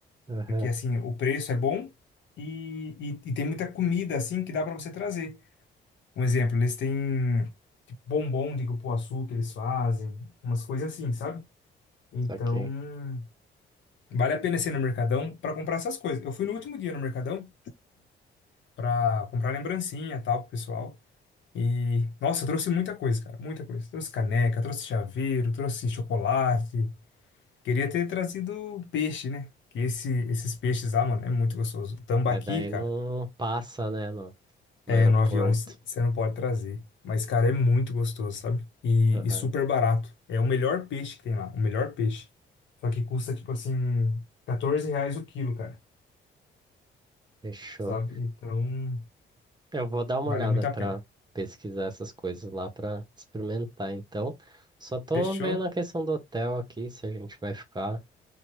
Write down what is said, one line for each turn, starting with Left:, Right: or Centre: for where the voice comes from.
Right: Aham,
Left: Porque, assim, o preço é bom e, e, e tem muita comida, assim, que dá para você trazer. Um exemplo, eles têm tipo, bombom de cupuaçu que eles fazem, umas coisas assim, sabe? Então,
Right: saquei.
Left: vale a pena ser no Mercadão para comprar essas coisas. Eu fui no último dia no Mercadão. pra comprar lembrancinha e tal pro pessoal. E, nossa, eu trouxe muita coisa, cara, muita coisa. Trouxe caneca, trouxe chaveiro, trouxe chocolate. Queria ter trazido peixe, né? Que esse, esses peixes lá, mano, é muito gostoso. Tambaqui,
Right: Mas daí
Left: cara,
Right: não passa, né? no
Left: é,
Right: aeroporto.
Left: no avião c- você não pode trazer. Mas, cara, é muito gostoso, sabe? E,
Right: Aham,
Left: e super barato. É o melhor peixe que tem lá, o melhor peixe. Só que custa, tipo assim, 14 reais o quilo, cara,
Right: Fechou.
Left: sabe? Então,
Right: Eu vou dar uma
Left: vale
Right: olhada
Left: muito
Right: para
Left: a pena.
Right: pesquisar essas coisas lá para experimentar, então. Só tô
Left: Fechou.
Right: vendo a questão do hotel aqui, se a gente vai ficar